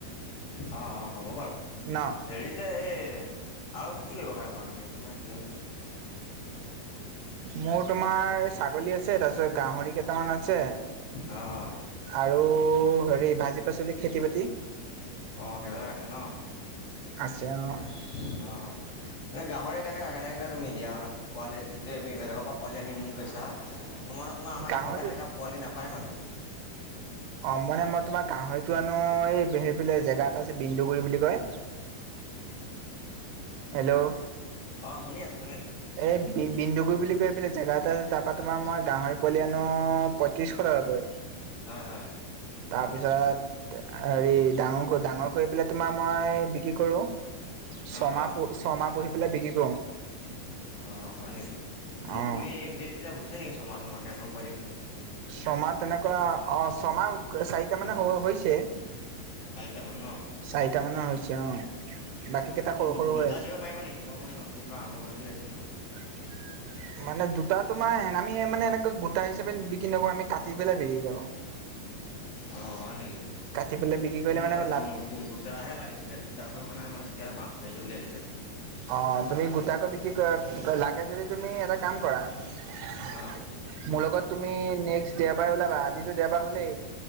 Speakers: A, on the left; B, on the right.
A: অ', অ' হ'ব বাৰু,
B: ন
A: হেৰি যে এই আৰু কি ব্যৱসায় কৰা তুমি, তুমিত
B: মোৰ তোমাৰ ছাগলী আছে তাৰ গাহৰি কেইটামান আছে
A: অ'
B: আৰু হেৰি ভাজি পাচলি খেতি বাতি?
A: অ‌' সেইবিলাক আছে ন'?
B: আছে অ
A: এ, অ', অ' মানে গাহৰি কেনেকা কেনেকা তাকে তুমি দিয়া আৰু ৰাহ, পোৱালি যেতিয়া তুমি বেলেগৰপৰা পোৱালি আনি মোক বেছা ও মানে তোমাৰ আমাৰ
B: গাহৰিটো
A: ইফালে সেনেকা পোৱালি নাপায় মানে।
B: অ' মানে মই তোমাৰ গাহৰিত টো আনো এই হেৰিফালে জেগা এটা আছে বিন্দুগুৰি বুলি কয়। হেল্ল'
A: অ' শুনি আছোঁ।
B: এই বি বিন্দুগুৰি বুলি কৈ পেলে জেগা এটা আছে তাৰপৰা তোমাৰ মই গাহৰি পোৱালি আনো পঁত্ৰিশ টকাকৈ।
A: হয় হয়।
B: তাৰপিছত হেৰি ডাঙৰ ডাঙৰ কৰি পেলাই তোমাৰ মই বিক্ৰী কৰো। ছমাহ
A: অ' অ'
B: ছমাহ পুহি পেলাই বিক্ৰী কৰোঁ।
A: অ' হয় নেকি মোক
B: অঁ
A: তুমি পিছে এতিয়া হৈছে নেকি ছমাহ হোৱাকে তোমাৰ পোৱালি।
B: ছমাহ তেনেকুৱা অ, ছমাহ চাৰিটা মানে হৈছে।
A: চাৰিটামান
B: চাৰিটা মানৰ হৈছে অ'।
A: উ
B: বাকী কেইটা
A: মোক
B: সৰু সৰু
A: দুটা
B: হৈ আছে
A: দিব পাৰিবা নেকি মই মানে নতুনকৈ আৰম্ভ কৰিম‌ বুলি ভাবিছোঁ।
B: <unintelligible> মানে দুটা তোমাৰ এনে আমি মানে এনেকৈ গোটা হিচাপে বিক্ৰী নকৰোঁ আমি কাটি পেলাই বিক্ৰী কৰোঁ।
A: অ' হয় নেকি।
B: কাটি পেলাই বিক্ৰী কৰিলে
A: মোৰ মানে
B: লাভ
A: গোটাহে লাগিছিলে গোটাকৈ মানে মই তেতিয়া <unintelligible>
B: অ' তুমি গোটাকৈ বিক্ৰী কৰা লাগে যদি তুমি এটা কাম কৰা। মোৰ
A: অঁ
B: লগত তুমি নেক্স দেওবাৰে ওলাবা আজিতো দেওবাৰ হ'লেই।